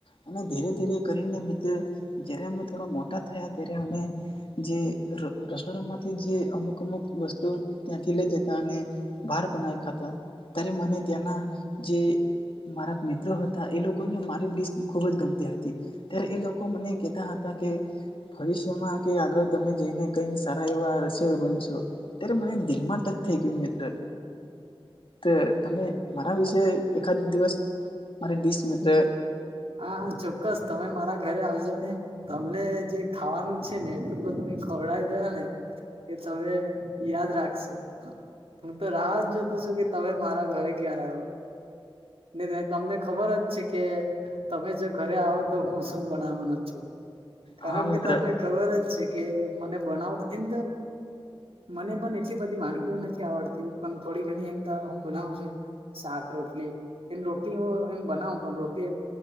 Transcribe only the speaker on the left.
અને ધીરે ધીરે કરીને મિત્ર જય્યારે અમને થોડા મોટા થયા ત્યારે અમે જે ર રસોડા માંથી જે અમુક અમુક વસ્તુઓ ત્યાંથી લઈ જતા અને બાર બનાઈ ખાતા ત્યારે મને ત્યાંના જે મારા મિત્રો હતા એ લોક કો ને મારી ડીશ ખૂબ જ ગમતી હતી ત્યારે એ લોકો મને કેતા હતા કે ભવિષ્યમાં કે આગળ તમે જઈને કઈ સારા એવા રસયો બનશો. ત્યારે મને દિલ માં ટચ થઈ ગયું મિત્ર. તે તમે મારા વિશે એકાદ દિવસ મારી ડિશ મિત્ર
હા
મિત્ર